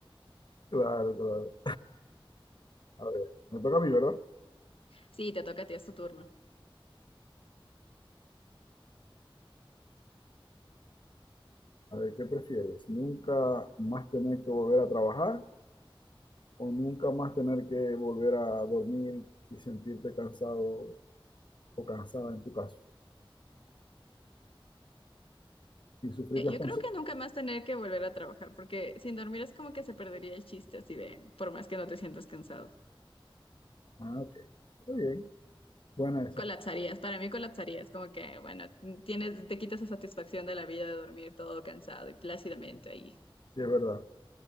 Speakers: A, on the left (about 60°); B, on the left (about 75°).
A: <laughs> Claro, claro. A ver, me toca a mí, ¿verdad?
B: Sí, te toca a ti, es tu turno.
A: A ver, ¿qué prefieres? ¿Nunca más tener que volver a trabajar o nunca más tener que volver a dormir y sentirte cansado o cansada en tu caso? Sin sufrir
B: Eh,
A: las
B: yo
A: consecuencias.
B: creo que nunca más tener que volver a trabajar, porque sin dormir es como que se perdería el chiste, así de, por más que no te sientas cansado.
A: Ah, ok. Está bien. Buena esa.
B: Colapsarías, para mí colapsarías, como que, bueno, tienes, te quitas la satisfacción de la vida de dormir todo cansado y plácidamente ahí.
A: Sí, es verdad.